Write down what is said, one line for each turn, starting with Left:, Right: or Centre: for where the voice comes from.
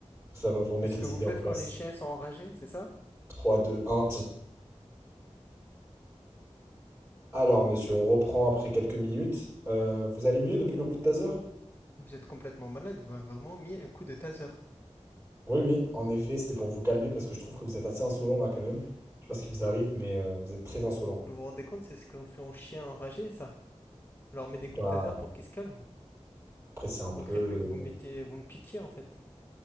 Right: Ça va vous remettre
Left: c'est ce que
Right: les
Left: vous
Right: idées
Left: faites
Right: en place.
Left: quand les chiens sont enragés, c'est ça?
Right: trois deux un Alors, monsieur, on reprend après quelques minutes. Euh, vous allez mieux depuis le coup de taser?
Left: Vous êtes complètement malade, vous m'avez vraiment mis un coup de taser.
Right: Oui, oui, en effet, c'était pour vous calmer parce que je trouve que vous êtes assez insolent là quand même. Je sais pas ce qui vous arrive, mais euh, vous êtes très insolent.
Left: Vous vous rendez compte, c'est ce qu'on fait aux chiens enragés, ça? On leur met des
Right: Bah,
Left: coups de taser pour qu'ils se calment.
Right: après, c'est un
Left: On
Right: peu.
Left: ne crée plus que vous mettez, vous me piquiez en fait.